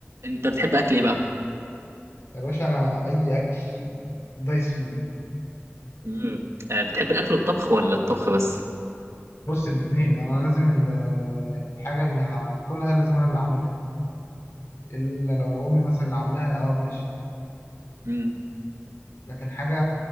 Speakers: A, on the right; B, on the left.
A: انت بتحب اكل ايه بقى
B: يا باشا انا اي اكل دايس فيه
A: امم آه بتحب الاكل والطبخ ولا الطبخ بس
B: بص الاثنين انا لازم ال- الحاجه اللي هاكلها لازم انا اللي اعملها الا لو امي مثلا اللي عاملاها اه ماشي
A: امم
B: لكن حاجه